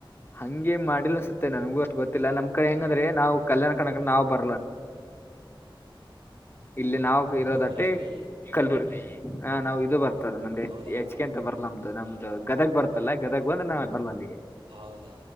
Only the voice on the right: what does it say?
ನೀವ್ ಬರಲ್ರಿ
ಹೌದಾ
ಹೌದಾ